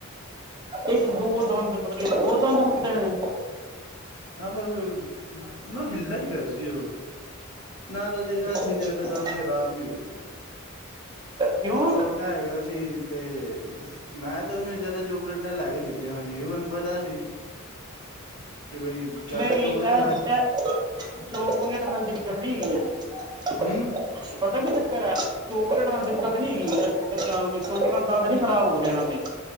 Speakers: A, on the right (about 20°); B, on the left (about 75°).
A: ਇੱਕ ਦੋ ਦੰਦ ਮਤਲਬ ਕੇ ਇੱਕ ਦੋ ਦੰਦ ਟੁੱਟੇ ਨੇ।
B: ਆ ਬਸ ਨਾ ਹਿਲਦਾ ਈ ਪਿਆ ਸੀ ਓ ਨਾ ਤੇ ਅੱਦੇ
A: ਅੱਛਾ
B: ਤੋਂ
A: ਅੱਛਾ
B: ਜ਼ਾਦਾ ਦੰਦ ਖ਼ਰਾਬ ਈ ਹੋ ਗਏ ਨੇ।
A: ਕਿਓਂ
B: ਛੋਟਾ ਹੈਗਾ ਸੀ ਤੇ ਮੈਂ ਤਾਂ ਉਹਨੂੰ ਜ਼ਿਆਦਾ ਚੋਕਲੇਟਾਂ ਲੈ ਕੇ ਦਿੱਤੀਆਂ ਹੋਣੀ ਮੈਨੂੰ ਪਤਾ ਸੀ। ਕਿ ਬਈ ਜ਼ਿਆਦਾ
A: ਨਈ
B: ਚੋਕਲੇਟ
A: ਇਹ-ਇਹ
B: ਖਾਏ ਹੂੰ
A: ਦੋ ਮਿੰਟ ਨਾਲ ਦਿੱਕਤ ਨਹੀਂ ਹੈਗੀ ਮੈਨੂੰ।
B: ਹੂੰ
A: ਪਤਾ ਕੀ ਚੱਕਰ ਹੈ, ਚੋਕਲੇਟ ਨਾਲ ਦੀ ਦਿੱਕਤ ਨੀ ਹੈਗੀ ਬੱਚਿਆਂ ਨੂੰ <unintelligible> ਖ਼ਰਾਬ ਹੋ ਜਾਣਾ ਵੇ